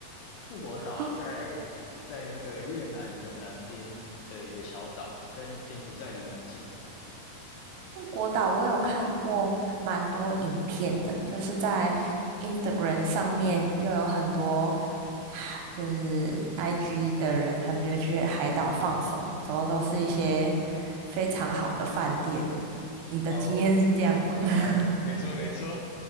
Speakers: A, on the left (about 75°); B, on the right (about 80°).
A: 富国岛在
B: 哦，
A: 在那个越南的南边的一个小岛，跟柬埔寨离蛮近的。
B: 富国岛我有看过蛮多影片的，就是在 Instagram 上面就有很多海就是 IG 的人，他们就去海岛放松，之后都是一些非常好的饭店。你的经验是这样吗？
A: 哦，
B: <laughs>
A: 呃，没错没错，